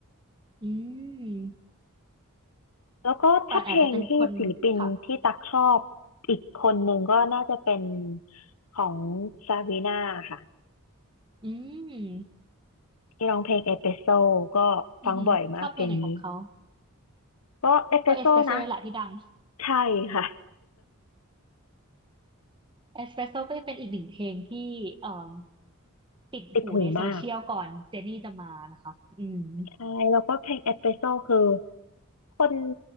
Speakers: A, on the right (about 20°); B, on the left (about 85°).
A: อืม
B: แล้วก็ถ้าเพลงที่ศิลปินที่ตักชอบ
A: ป่านอาจจะเป็นคนค่ะ
B: อีกคนหนึ่งก็น่าจะเป็นของซาวีนาค่ะ
A: อืม
B: ที่ร้องเพลงเอสเปรสโซก็ฟังบ่อยมากเพลงนี้
A: อือหือชอบเพลงไหนของเขา
B: ก็เอสเปรสโซนะ
A: ก็เอสเปรสโซ่นี่แหละที่ดัง
B: ใช่ค่ะ
A: เอสเปรสโซ่ก็จะเป็นอีกหนึ่งเพลงที่เอ่อติดหูในโซเชียลก่อนเจนนี่จะมานะคะอืม
B: ติดหูมากใช่แล้วก็เพลงเอสเปรสโซคือคน